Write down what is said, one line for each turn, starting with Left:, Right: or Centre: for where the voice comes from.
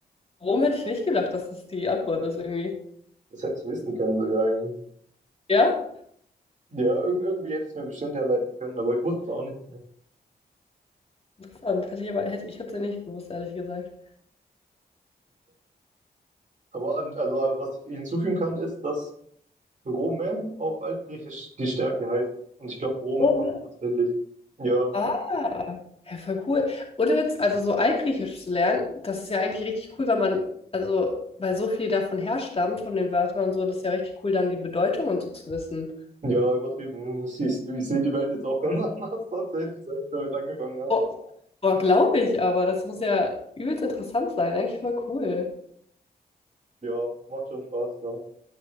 Left: Rom hätte ich nicht gedacht, dass das die Antwort ist irgendwie.
Right: Das hätte ich wissen können sogar eigentlich.
Left: Ja?
Right: Ja, irg irgendwie hätte ich es mir bestimmt herleiten können, aber ich wusste es auch nicht.
Left: Interessant. Hätte ich aber, hätte, ich hätte es nicht gewusst, ehrlich gesagt.
Right: Aber an, also was ich hinzufügen kann, ist, dass Rome auf Altgriechisch die Stärke heißt. Und ich glaube, Rom
Left: Rom.
Right: kommt tatsächlich. Ja,
Left: Ah, ja, voll cool. Ohne Witz, also so Altgriechisch zu lernen, das ist ja eigentlich richtig cool, weil man, also, weil so viel davon herstammt, von den Wörtern und so, das ist ja richtig cool, dann die Bedeutung und so zu wissen.
Right: ja, übertrieben. Ich, ich, ich sehe die Welt jetzt auch ganz <laughs> anders tatsächlich, seit ich damit angefangen habe.
Left: Boah, boah glaube ich aber. Das muss ja übelst interessant sein. Eigentlich voll cool.
Right: Ja, macht schon Spaß, ja.